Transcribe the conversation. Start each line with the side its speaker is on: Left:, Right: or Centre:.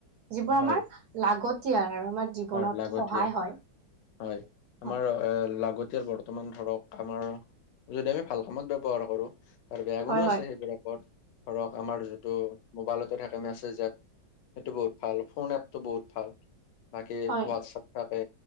Right: যিবোৰ আমাৰ
Left: হয়,
Right: লাগতিয়াল আৰু আমাৰ জীৱনত
Left: হয়, লাগতিয়াল
Right: সহায় হয়।
Left: হয়, আমাৰ
Right: হয়
Left: এ লাগতিয়াল বৰ্তমান ধৰক আমাৰ যদি আমি ভাল কামত ব্যৱহাৰ কৰো আৰু বেয়া
Right: হয়
Left: গুণো আছে সেইবোৰৰ ধৰক আমাৰ যিটো মোবাইলতে থাকে আমি আছে যে। সেইটো বহুত ভাল ফোন এপটো বহুত ভাল। বাকী
Right: হয়
Left: হোৱাটছএপ থাকে,